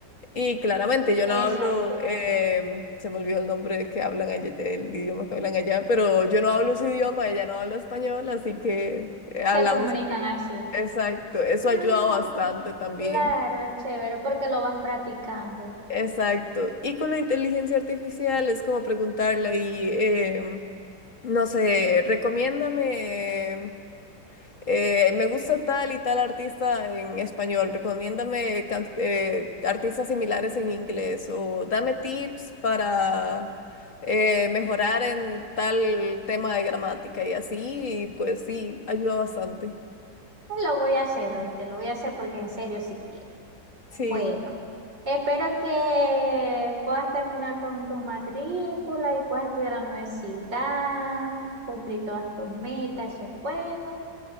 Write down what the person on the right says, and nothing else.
esa
ayuda.
Se
comunican
así.
Ah,
cu-
claro, es chévere, porque lo vas practicando.
Lo voy a hacer hoy, te lo voy a hacer porque en serio sí quiero.
Bueno, espero que puedas terminar con tu matrícula y puedas estudiar en la universidad, cumplir todas tus metas, eso es bueno.